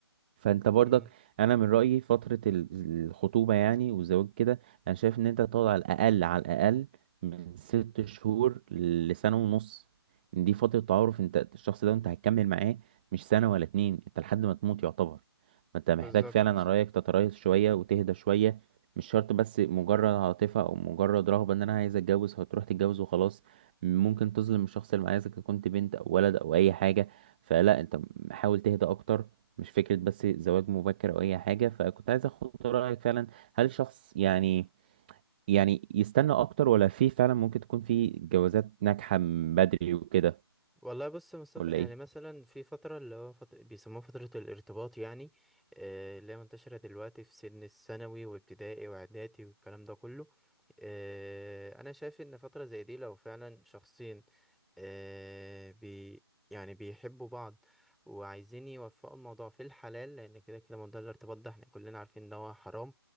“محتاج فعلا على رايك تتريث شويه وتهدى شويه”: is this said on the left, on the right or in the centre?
Right